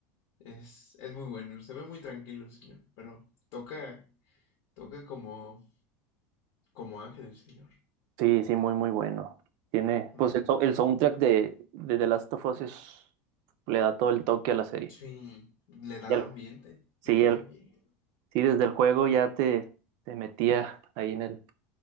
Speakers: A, on the left; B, on the right.
A: Es, es muy bueno. Se ve muy tranquilo el señor. Pero toca, toca como, como ángel el señor.
B: Sí, sí, muy, muy bueno. Tiene,
A: Muy,
B: pues el, so- el soundtrack de, de The Last of Us es- le da todo el toque a la serie.
A: Sí, le da
B: Y
A: el
B: al-
A: ambiente,
B: sí,
A: le da
B: el,
A: el ambiente.
B: sí, desde el juego ya te, te metía ahí en el